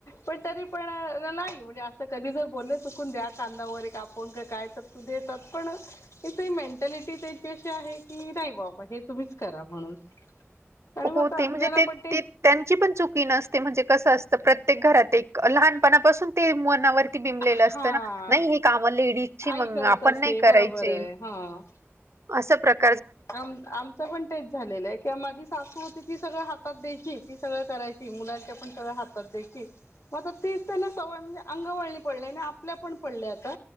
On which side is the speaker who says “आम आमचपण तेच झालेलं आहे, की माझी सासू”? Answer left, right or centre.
Left